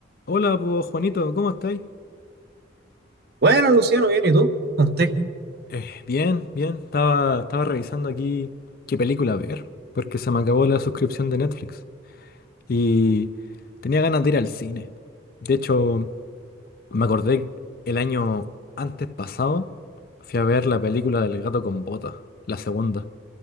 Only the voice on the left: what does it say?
Hola, pues Juanito, ¿cómo estáis?
Eh, bien, bien. Estaba, estaba revisando aquí qué película ver, porque se me acabó la suscripción de Netflix y tenía ganas de ir al cine. De hecho, me acordé el año antes pasado, fui a ver la película del gato con botas, la segunda.